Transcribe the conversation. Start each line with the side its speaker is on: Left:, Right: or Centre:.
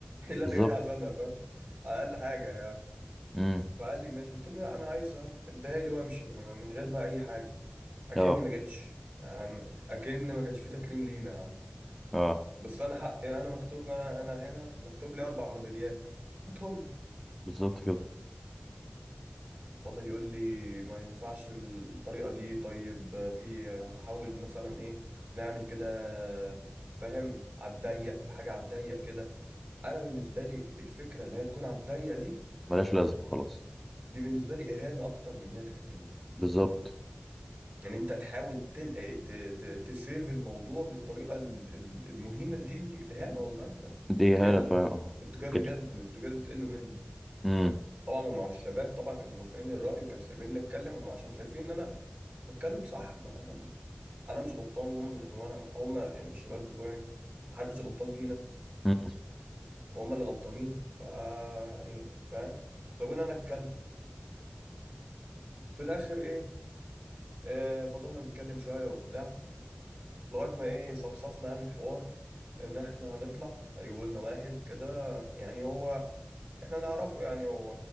Right: اللي
Centre: بالظبط
Right: انا جاي عشانها فاهم اقل حاجه يعني
Centre: امم
Right: فقال لي ماشي قلت له لا انا عايزها اديها لي وامشي من غير بقى اي حاجه اكني
Centre: اه
Right: ما جتش يا عم اكن ما كانش في تكريم لينا يا عم
Centre: اه
Right: بس انا حقي انا مكتوب انا انا هنا مكتوب لي اربع ميداليات هاتهم لي
Centre: بالظبط كده
Right: فضل يقول لي ما ينفعش الطريقه دي طيب في حاول مثلا ايه نعمل كده فاهم على الضيق حاجه على الضيق كده انا بالنسبه لي الفكره اللي هي تكون على الضيق دي
Centre: ملهاش لازمه خلاص
Right: دي بالنسبه لي اهانه اكتر من ان هي تكريم
Centre: بالظبط
Right: يعني انت تحاول تل... آه، ت... ت... تسيف الموضوع بالطريقه ال- ال- المهينه دي دي اهانه والله فاهم
Centre: دي
Right: دي
Centre: هنا
Right: قله
Centre: فعلا
Right: انتوا كده بجد
Centre: كده
Right: انتوا كده بتقلوا مني
Centre: امم
Right: طبعا ومع الشباب طبعا كانوا موافقين الراي وكانوا سايبيني اتكلم هم عشان شايفين ان انا بتكلم صح ما انا انا مش غلطان هم مش... وانا هم يعني الشباب بتوعي محدش غلطان فينا
Centre: امم
Right: وهم اللي غلطانين ف يعني فاهم سابوني انا اتكلم في الاخر ايه آه فضلنا نتكلم شويه وبتاع لغاية ما ايه صفصفنا عن الحوار ان احنا هنطلع هيجيبوا لنا واحد كده يعني هو احنا نعرفه يعني هو